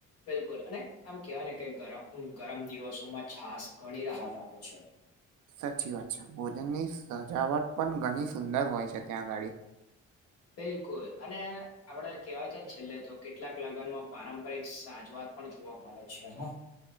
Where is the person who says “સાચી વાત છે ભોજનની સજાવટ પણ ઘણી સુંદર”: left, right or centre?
Right